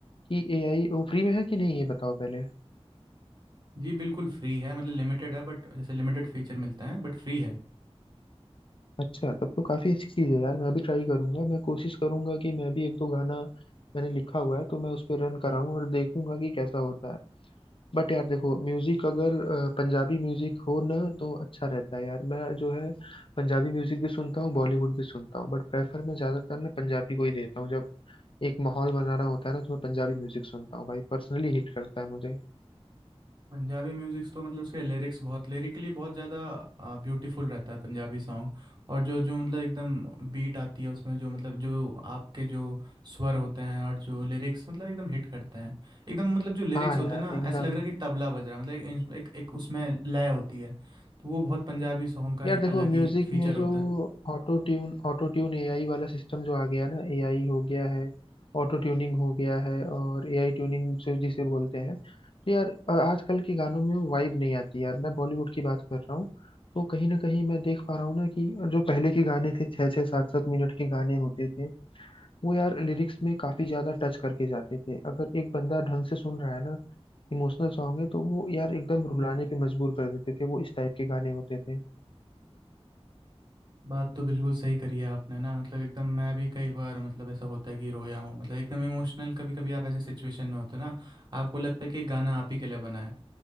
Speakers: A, on the left; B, on the right.
A: कि एआई वो फ्री में है कि नहीं ये बताओ पहले
B: जी बिल्कुल फ्री है मतलब लिमिटेड है बट जैसे लिमिटेड फीचर मिलते हैं बट फ्री है
A: अच्छा तब तो काफी अच्छी चीज है यार मैं भी ट्राई करूंगा मैं कोशिश करूंगा कि मैं भी एक दो गाना मैंने लिखा हुआ है तो मैं उस पर रन कराऊं और देखूंगा कि कैसा होता है बट यार देखो म्यूजिक अगर अ, पंजाबी म्यूजिक हो ना तो अच्छा रहता है यार मैं जो है पंजाबी म्यूजिक भी सुनता हूँ बॉलीवुड भी सुनता हूँ बट प्रेफर मैं ज्यादातर ना पंजाबी को ही देता हूँ जब एक माहौल बनाना होता है ना तो मैं पंजाबी म्यूजिक सुनता हूँ भाई पर्सनली हिट करता है मुझे
B: पंजाबी म्यूजिक्स तो मतलब उसके लिरिक्स बहुत लिरिकली बहुत ज़्यादा ब्यूटीफुल रहता है पंजाबी सॉन्ग और जो जो मतलब एकदम बीट आती है उसमें जो मतलब जो आपके जो स्वर होते हैं और जो लिरिक्स मतलब एकदम हिट करते हैं एकदम मतलब जो लिरिक्स
A: हाँ
B: होते
A: यार
B: हैं ना
A: एकदम
B: ऐसा लग रहा है कि तबला बज रहा है मतलब एक इंस- एक, एक उसमें लय होती है तो वो बहुत पंजाबी सॉन्ग का
A: यार
B: एक
A: देखो
B: अलग
A: म्यूजिक
B: ही फीचर
A: में जो
B: होता है
A: ऑटो ट्यून ऑटो ट्यून एआई वाला सिस्टम जो आ गया ना एआई हो गया है ऑटो ट्यूनिंग हो गया है और एआई ट्यूनिंग जो जिसे बोलते हैं तो यार अ, आजकल के गानों में वो वाइब नहीं आती यार मैं बॉलीवुड की बात कर रहा हूँ तो कहीं ना कहीं मैं देख पा रहा हूँ ना कि जो पहले के गाने थे छः छः सात सात मिनट के गाने होते थे वो यार लिरिक्स में काफी ज्यादा टच करके जाते थे अगर एक बंदा ढंग से सुन रहा है ना इमोशनल सॉन्ग है तो वो यार एकदम रुलाने पे मजबूर कर देते थे वो इस टाइप के गाने होते थे
B: बात तो बिल्कुल सही करी है आपने ना मतलब एकदम मैं भी कई बार मतलब ऐसा होता है कि रोया हूँ मतलब एकदम इमोशनल कभी कभी आप ऐसे सिचुएशन में होते हो ना आपको लगता है कि ये गाना आप ही के लिए बना है